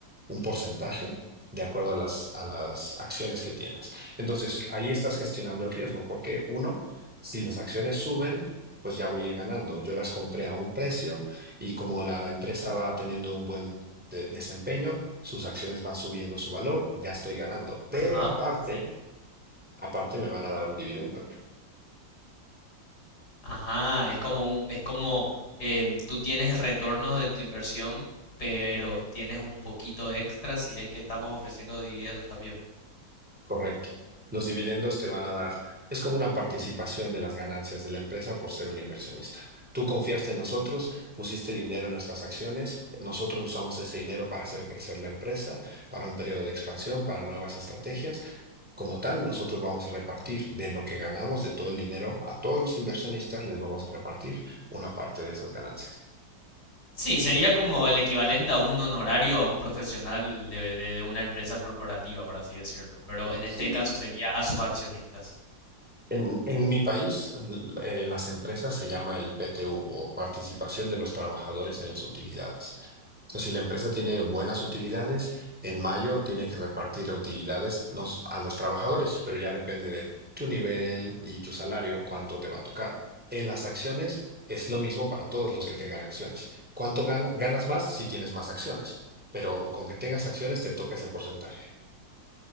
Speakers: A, in the centre; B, on the left.
A: un porcentaje, de acuerdo a las, a las acciones que tienes. Entonces, ahí estás gestionando el riesgo, porque uno, si las acciones suben, pues ya voy a ir ganando. Yo las compré a un precio y como la empresa va teniendo un buen de- desempeño, sus acciones van subiendo su valor, ya estoy ganando. Pero
B: <laughs> Ajá.
A: aparte,
B: Sí.
A: aparte me van a dar un dividendo.
B: Ajá, es como un, es como em, tú tienes el retorno de tu inversión, pero tienes un poquito extra si es que estamos ofreciendo dividendos también.
A: Correcto. Los dividendos te van a dar, es como una participación de las ganancias de la empresa por ser un inversionista. Tú confiaste en nosotros, pusiste dinero en nuestras acciones, nosotros usamos ese dinero para hacer crecer la empresa, para un periodo de expansión, para nuevas estrategias. Como tal, nosotros vamos a repartir de lo que ganamos, de todo el dinero, a todos los inversionistas les vamos a repartir una parte de esas ganancias.
B: Sí, sería como el equivalente a un honorario a un profesional de, de- de una empresa corporativa, por así decirlo, pero en este
A: Sí,
B: caso sería a sus accionistas.
A: En, en mi país, l- eh, las empresas se llama el PTU o participación de los trabajadores en las utilidades. Entonces, si la empresa tiene buenas utilidades, en mayo tiene que repartir utilidades nos- a los trabajadores, pero ya depende de tu nivel y tu salario, cuánto te va a tocar. En las acciones es lo mismo para todos los que tengan acciones. ¿Cuánto gana- ganas más si tienes más acciones? Pero con que tengas acciones te toca ese porcentaje.